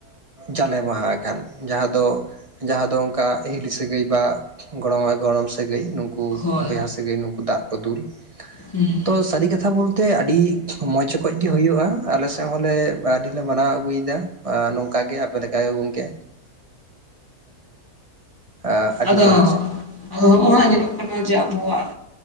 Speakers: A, on the right; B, on the left.
A: ᱡᱟᱞᱮ ᱢᱟᱦᱟ ᱮᱠᱷᱟᱱᱼᱼ ᱡᱟᱦᱟᱸ ᱫᱚ ᱡᱟᱦᱟᱸ ᱫᱚ ᱚᱝᱠᱟ ᱦᱤᱞᱤ ᱥᱟᱹᱜᱟᱹᱭ ᱵᱟ ᱜᱚᱲᱚᱢᱟᱜ ᱜᱚᱲᱚᱢ ᱥᱟᱹᱜᱟᱹᱭ ᱱᱚᱼᱼ ᱝᱠᱳ
B: ᱦᱳᱭ
A: ᱵᱚᱭᱦᱟ
B: ᱦᱳᱭ
A: ᱥᱟᱹᱜᱟᱹᱭ ᱱᱩᱠᱩ ᱫᱟᱜ ᱠᱚ ᱫᱩᱞ
B: ᱦᱩᱸ ᱦᱩᱸ
A: ᱛᱚ ᱥᱟᱹᱨᱤ ᱠᱟᱛᱷᱟ ᱵᱚᱞᱼᱼ ᱛᱮ ᱟᱹᱰᱤ ᱢᱚᱸᱡᱽ ᱠᱚᱡ ᱜᱮ ᱦᱩᱭᱩᱜᱼᱟ ᱟᱞᱮᱥᱮᱜ ᱦᱚᱸᱞᱮ ᱟᱹᱰᱤᱞᱮ ᱢᱟᱱᱟᱣ ᱟᱹᱜᱩᱭᱮᱫᱟ ᱟ ᱱᱚᱝᱠᱟ ᱜᱮ ᱟᱯᱮ ᱞᱮᱠᱟ ᱜᱮ ᱜᱚᱝᱠᱮᱼᱼ ᱟᱹᱰᱤ
B: ᱟᱫᱚᱼᱼ
A: ᱢᱚᱸᱡᱽ
B: ᱟᱫᱚ ᱦᱚᱸᱜᱼᱚᱭ ᱦᱟᱸᱜ ᱧᱮᱞᱚᱜ ᱠᱟᱱᱟ ᱡᱮ ᱟᱵᱚᱣᱟᱜ